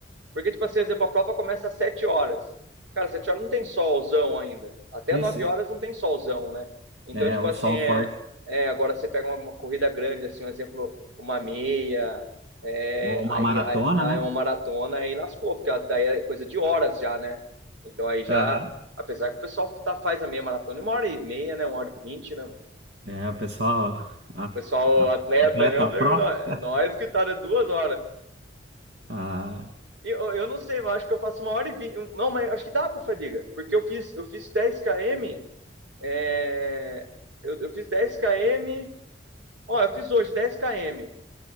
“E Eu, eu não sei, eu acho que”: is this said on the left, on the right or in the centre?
Right